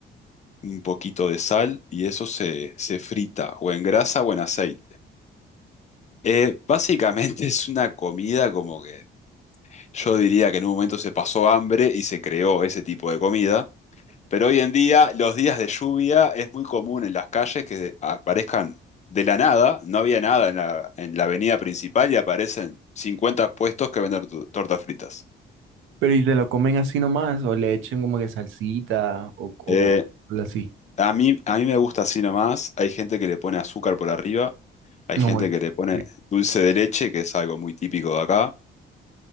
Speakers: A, on the left; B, on the right.
A: un poquito de sal y eso se, se frita o en grasa o en aceite. Eh, básicamente <laughs> es una comida como que yo diría que en un momento se pasó hambre y se creó ese tipo de comida. Pero hoy en día, los días de lluvia es muy común en las calles que aparezcan de la nada, no había nada en la, en la avenida principal y aparecen 50 puestos que venden tu- tortas fritas.
B: Pero ¿y te lo comen así nomás o le echen como que salsita o, o,
A: Eh,
B: o así?
A: a mí, a mí me gusta así nomás. Hay gente que le pone azúcar por arriba, hay
B: No,
A: gente
B: ay,
A: que
B: qué
A: le pone
B: rico.
A: dulce de leche, que es algo muy típico de acá.